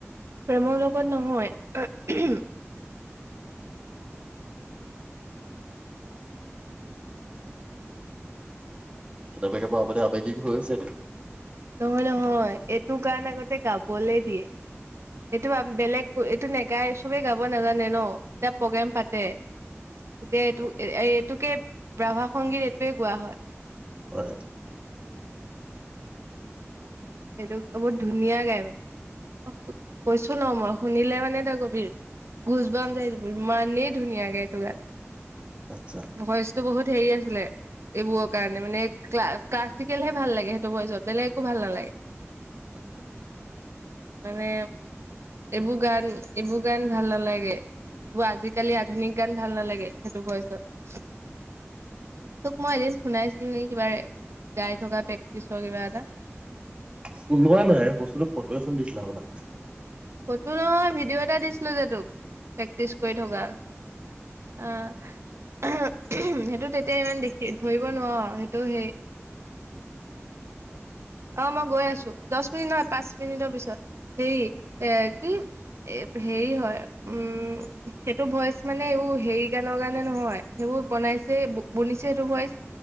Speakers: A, on the right; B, on the right.
A: প্ৰেমৰ লগত নহয় <unintelligible>
B: কেতিযাবা কেতিয়াবা আপুনি আবেগিক হৈ আছে নি?
A: নহয় নহয় এইটো গান আগতে গাবলে দিয়ে, এইটো বেলেগ এইটো নোগায় চবে গাব নাজানে ন। যেতিয়া প্ৰগ্ৰেম পাতে তেতিয়া এইটো এই এইটোকে ৰাভা সংগীত এইটোৱে গোৱা হয়।
B: হয়।
A: এইটো বহুত ধুনীয়া গাই মানে, <unintelligible> কৈছো ন মই। শুনিলে মানে তই কবি গুজবামচ আহি যাব ইমানেই ধুনীয়া গাই এইটো গান।
B: আচ্ছা।
A: ভইচটো বহুত হেৰি আছিলে। এইবোৰৰ কাৰণে মানো ক্লা-ক্লাছিকেলহে ভাল লাগে সেইটো ভইচত বেলেগ একো ভাল নালাগে।
B: আচ্ছা।
A: মানে এইবোৰ গান এইবোৰ গান ভাল নালাগে এইবোৰ আজিকালি আধুনিক গান ভাল নালাগে। সেইটো ভৈছত। তোক মই এদিন শুনাইছিলো নেকি কিবা গাই থকা প্ৰেক্টিচৰ কিবা এটা।
B: শুনোৱা নাই বস্তুটো ফটো এখন দিছিলা আপোনাক।
A: ফটো নহয় ভিডিঅ' এটা দিছিলো যে তোক। প্ৰেক্টিচ কৰি থকা, আহ <unintelligible> সেইটো তেতিয়া ইমান দেখি ধৰিব নোৱাৰো সেইটো সেই অ মই গৈ আছো দশ মিনিট নহয় পাঁচ মিনিটৰ পিছত, হেৰি এ কি এই হেৰি হয় উম সেইটো ভইচ মানে এই হেৰি গানৰ কাৰণে নহয়। সেইবোৰ বনাইছে বনিছে সেইটো ভইচ